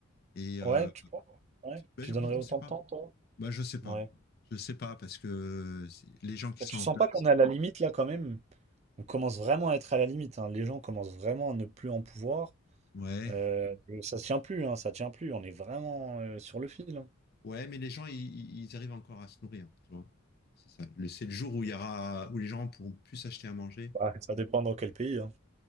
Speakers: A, on the left; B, on the right.
A: Et
B: Ouais,
A: euh,
B: tu prends- ouais,
A: ben,
B: tu donnerais
A: on ne
B: autant
A: sait pas.
B: de temps, toi?
A: Bah, je sais pas.
B: Ouais.
A: Je sais pas parce que c'est- les gens qui
B: Bah,
A: sont
B: tu
A: en
B: sens
A: place,
B: pas qu'on est à la limite, là, quand même? On commence vraiment à être à la limite, hein. Les gens commencent vraiment à ne plus en pouvoir.
A: ouais,
B: Euh, ça tient plus, hein, ça tient plus. On est vraiment euh, sur le fil, hein.
A: Ouais, mais les gens, ils, ils arrivent encore à se nourrir, tu vois. C'est ça. Le, c'est le jour où il y aura, où les gens pourront plus s'acheter à manger.
B: Bah, ça dépend dans quel pays, hein.